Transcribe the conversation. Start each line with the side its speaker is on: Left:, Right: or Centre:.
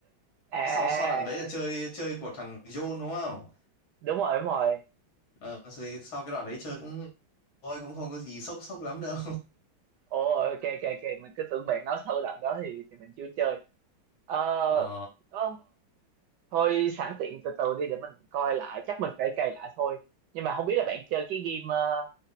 Right: à, à,
Left: sau sau đoạn đấy là
Right: à.
Left: chơi chơi của thằng John đúng không
Right: đúng rồi đúng rồi
Left: Ờ, rồi sau cái đoạn đấy chơi cũng thôi cũng không có gì sốc sốc lắm đâu
Right: ồ ok ok ok mình cứ tưởng bạn nói sâu lần đó thì thì mình chưa chơi ờ
Left: <laughs> ờ
Right: có- thôi sẵn tiện từ từ đi để mình coi lại chắc mình phải cày lại thôi nhưng mà không biết là bạn chơi cái game ờ,